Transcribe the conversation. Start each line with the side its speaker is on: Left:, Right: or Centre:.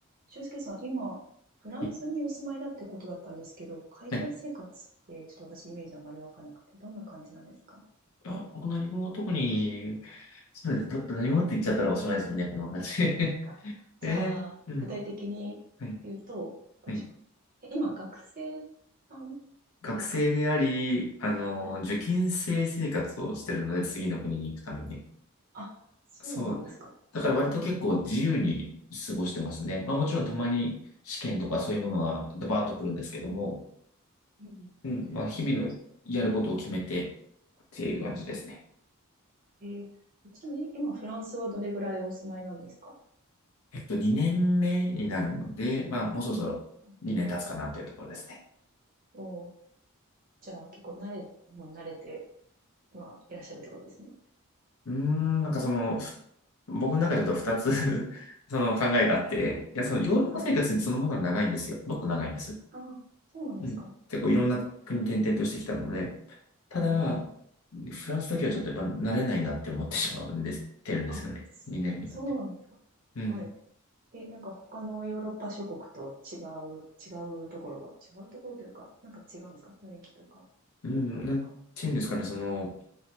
Right: 俊介さん、今、フランスにお住まいだってことだったんですけど、
Left: は
Right: 海外生活ってちょっと私イメージあまりわかなくて、
Left: い。
Right: どんな感じなんですか
Left: あ、もう何も特に、そうです。ど、何もって言っちゃったらおしまいですもんね、この話。<laughs>
Right: なんかじゃあ、
Left: えうん。
Right: 具体的に言うと、
Left: はい。
Right: どうしよ
Left: はい。
Right: う。え、今、学生さん
Left: 学生であり、
Right: ですか
Left: あの、
Right: はい。
Left: 受験生生活をしてるので、次の国に行くために。
Right: あ、そうなんですか。
Left: そう。だから割と結構自由に過ごしてますね。まあもちろんたまに試験とかそういうものがドバーッと来るんですけども、
Right: うんうん。
Left: うん。まあ日々のやることを決めてっていう感じですね。
Right: そうなんです。えー、ちなみに今フランスはどれぐらいお住まいなんですか
Left: えっと、2年目になるので、まあ、もうそろそろ2年経つかなというところですね。
Right: うんうん。おー、じゃあ結構慣れ、もう慣れて、まあ、いらっしゃるってことですね。
Left: うーん、なんかその、
Right: うん
Left: ふ僕の中でちょっと2つ <laughs> その考えがあって、いや、そのヨーロッパ生活そのものは長いんですよ。
Right: はい。
Left: もっと長いんです。
Right: あ、そうなんですか。
Left: うん。結構いろんな国転々としてきたので、ただ、
Right: ええ
Left: フランスだけはちょっとやっぱ慣れないなって思ってしまうんです、てるんですよね。
Right: あ、
Left: 2年目になって。
Right: そそうなんですか。
Left: うん。
Right: はい。え、なんか他のヨーロッパ諸国と違う、違うところが、違うところというか、なんか違うんですか雰囲気とか、
Left: うん、
Right: 文化とか。
Left: なんていうんですかね、その、